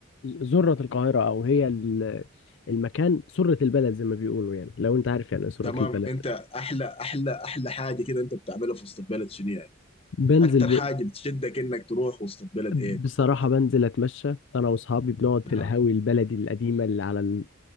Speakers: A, on the left; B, on the left.
A: ذره القاهره او هي ال- المكان سره البلد زي ما بيقولوا يعني لو انت عارف يعني ايه سره
B: تمام
A: البلد
B: انت احلى احلى احلى حاجة كده انت بتعملها في وسط البلد شنو يعني؟
A: بنزل
B: اكتر حاجة بتشدك انك تروح وسط البلد
A: بصراحة
B: ايه بالضبط؟
A: بنزل أتمشى أنا وأصحابي بنقعد في
B: اها
A: القهاوي البلدي القديمة اللي على